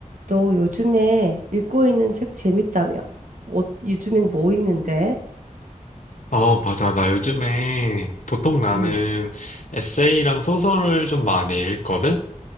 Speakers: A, on the right; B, on the left.
A: 너 요즘에 읽고 있는 책 재밌다며? 어, 요즘엔 뭐 읽는데?
B: 아, 맞아. 나 요즘에 보통 나는
A: 응,
B: 에세이랑 소설을 좀 많이 읽거든?